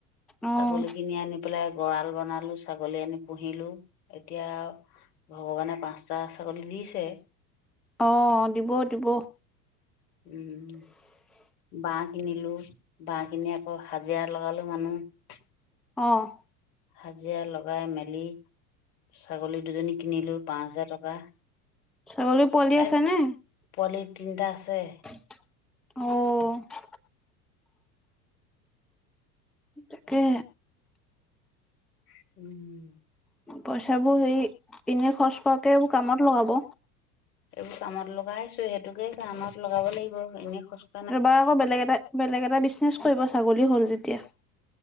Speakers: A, in the centre; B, on the left.
A: অ',
B: ছাগলী কিনি আনি প পেলাই গঁৰাল বনালোঁ, ছাগলী আনি পুহিলোঁ এতিয়া ভগৱানে পাঁচটা ছাগলী দিছে।
A: অ' দিব দিব।
B: উম। বাঁহ কিনিলোঁ, বাঁহ কিনি আকৌ হাজিৰা লগালোঁ মানুহ।
A: অ'।
B: হাজিৰা লগাই মেলি ছাগলী দুজনী কিনিলোঁ পাঁচ হাজাৰ টকা।
A: ছাগলী পোৱালি আছেনে?
B: এ, পোৱালি তিনটা আছে।
A: অ'। তাকে।
B: উম।
A: পইচাবোৰ হেৰি এনে খৰচ কৰাতকে এইবোৰ কামত লগাব।
B: এইবোৰ কামত লগাইছোঁ, সেইটোকে কামত লগাব লাগিব এনেই খচ
A: এবাৰ আকৌ বেলেগ এটা বেলেগ এটা বিজনেছ কৰিব ছাগলী হ'ল যেতিয়া।